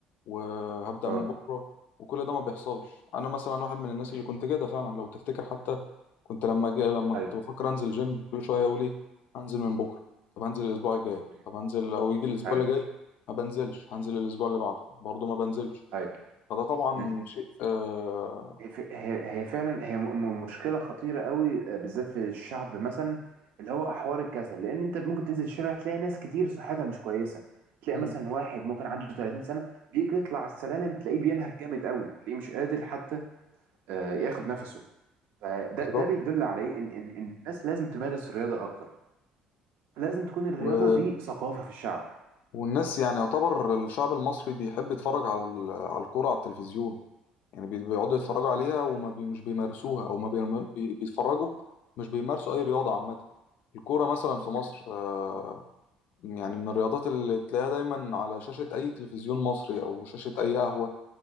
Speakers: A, on the left; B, on the right.
A: وهبدأ
B: اه
A: من بكرة وكل ده ما بيحصلش أنا مثلا واحد من الناس
B: مم.
A: اللي كنت كده فعلا لو تفتكر حتى كنت لما جي لما
B: ايوه
A: كنت بفكر أنزل جيم كل شوية أقول إيه هنزل من بكرة طب هنزل الأسبوع الجاي
B: مم.
A: طب هنزل أو يجي الأسبوع
B: ايوه
A: اللي جاي ما بنزلش هنزل الأسبوع اللي بعده برضه ما بنزلش
B: ايوه
A: فده طبعا
B: مم.
A: شيء آه
B: هي ف- هي هي فعلا هي م- م- مشكله خطيره قوي آه، بالذات في الشعب مثلا اللي هو حوار الكسل لان انت ممكن تنزل الشارع تلاقي ناس كتير صحتها مش كويسه تلاقي
A: مم.
B: مثلا واحد ممكن عنده 30 سنه بيجي يطلع السلالم تلاقيه بينهج جامد قوي تلاقيه مش قادر حتى آه، ياخد نفسه فده
A: بالظبط
B: ده بيدل على ايه ان ان إن الناس لازم تمارس رياضه اكتر لازم تكون الرياضه
A: و...
B: دي ثقافه في الشعب
A: والناس يعني يعتبر الشعب المصري بيحب يتفرج على ال- على الكورة على التلفزيون يعني بي- بيقعدوا يتفرجوا عليها وما بي مش بيمارسوها او ما بي بي- بيتفرجوا مش بيمارسوا اي رياضه عامه الكوره مثلا في مصر
B: مم.
A: آه، يعني من الرياضات اللي تلاقيها دايما على شاشه اي تلفزيون مصري او شاشه اي قهوه